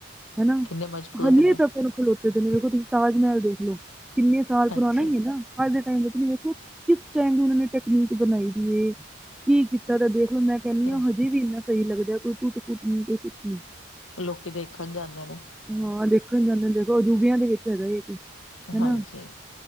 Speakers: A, in the centre; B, on the left.
A: ਹੈ ਨਾ,
B: ਕਿੰਨੇ ਮਜ਼ਬੂਤ
A: ਹਾਲੇ
B: ਨੇ
A: ਤਕ ਓਹਨੂੰ ਖਲੋਤੇ। ਤੇ ਤੈਨੂੰ ਵੇਖੋ ਤੁਸੀਂ ਤਾਜ ਮਹਿਲ ਦੇਖ ਲੋ, ਕਿੰਨੇ ਸਾਲ
B: ਹਾਂਜੀ
A: ਪੁਰਾਣਾ ਈ ਐ ਨਾ ਅੱਜ ਦੇ ਟਾਈਮ ਵਿੱਚ ਵੇਖੋ, ਕਿਸ ਟਾਈਮ ਦੀ ਉਹਨਾ ਨੇ ਟੈਕਨੀਕ ਬਣਾਈ ਦੀ ਏ ਕੀ ਕੀਤਾ ਤਾਂ ਦੇਖਲੋ, ਮੈਂ ਕਹਿਣੀ
B: ਫਿਰ
A: ਆ ਹਜੇ ਵੀ ਇਨਾ ਸਹੀ ਲੱਗਦਾ, ਕੋਈ ਟੁੱਟ ਪੁੁੱਟ ਨਹੀਂ ਕੋਈ ਕੁੱਛ ਨੀ
B: ਲੋਕੀ ਦੇਖਣ ਜਾਂਦੇ ਨੇ।
A: ਹਾਂ, ਦੇਖਣ ਜਾਂਦੇ ਦੇਖੋ ਅਜੂਬਿਆਂ ਦੇ ਵਿੱਚ ਹੁੰਦੀ ਇਹ ਚੀਜ਼ ਹੈਨਾ।
B: ਹਾਂਜੀ